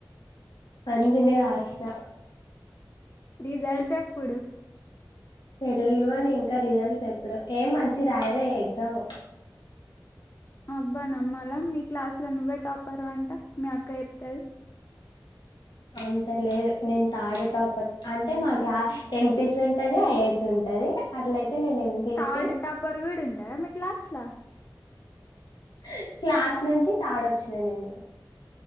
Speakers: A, on the left; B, on the left.
A: అంజనే రాశిన
B: రిజల్స్ ఎప్పుడు
A: తెలీదు అని ఇంకా రిజల్ట్స్ చెప్పడం ఏం మంచి రాయలే ఎగ్జామ్
B: అబ్బా నమ్మలా మీ క్లాస్ లో నువ్వే టాపర్ అంట మీ అక్క చెప్తంది
A: అంత లేదు నేను థర్డ్ టాపర్ అంటే మాకు ఎంపీసి ఉంటది ఐఐటి ఉంటది అట్లయితే నేను ఎంపీసీ
B: తాడు తాపర్ గడు ఉంటారా మీ క్లాస్ లో
A: స క్లాస్ నుంచి తాడొచ్చు న నేను